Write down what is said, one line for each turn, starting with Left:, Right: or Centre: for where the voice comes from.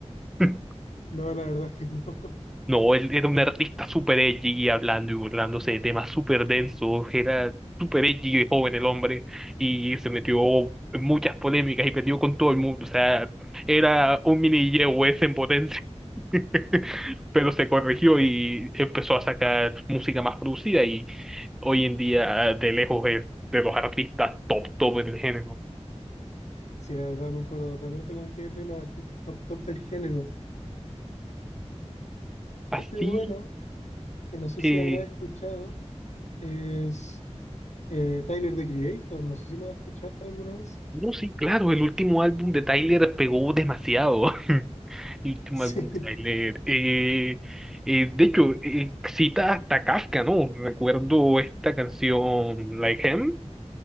Centre: <laughs>
Left: No, la verdad es que no. <laughs>
Centre: No, él era un artista súper edgy, hablando y burlándose de temas súper densos, era súper edgy de joven el hombre, y se metió en muchas polémicas y perdió con todo el mundo, o sea, era un mini Yehue en potencia. <laughs> Pero se corrigió y empezó a sacar música más producida y hoy en día de lejos es de los artistas top top en el género.
Left: Sí, la verdad concuerdo totalmente con que es de los artistas top top del género.
Centre: Así
Left: Este bueno, que no sé
Centre: que,
Left: si habrás escuchado, es eh, Tyler, The Creator. No sé si lo has escuchado alguna vez.
Centre: no, sí, claro, el último álbum de Tyler pegó demasiado. <laughs> El último
Left: <laughs> Sí,
Centre: álbum de Tyler. eh, eh, de hecho, eh, cita hasta Kafka, ¿no? Recuerdo esta canción, Like Him.